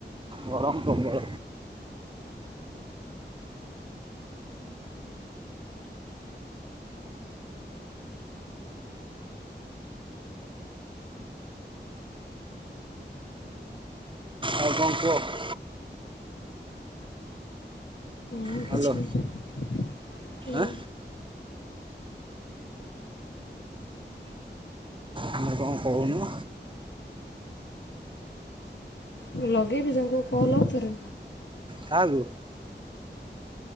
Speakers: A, on the right; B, on the left.
A: ଗରମ ପ୍ରବଳ। ଆଉ କଣ କୁହ?
B: ଆଉ
A: ହ୍ୟାଲୋ
B: କିଛି ନାହିଁ ହୁଁ।
A: ଆଁ ଆମେ କଣ କହୁନ?
B: ମୁଁ ଲଗେଇବି ତାଙ୍କୁ କଲ୍ ଆଉଥରେ।
A: କାହାକୁ?